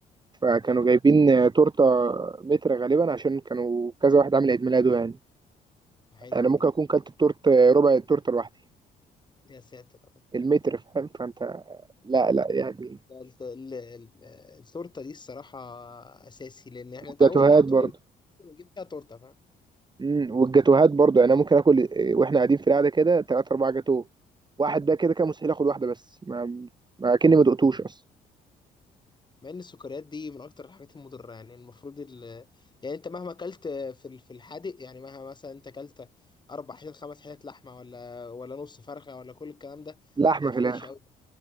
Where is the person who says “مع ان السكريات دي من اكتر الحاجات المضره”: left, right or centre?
Left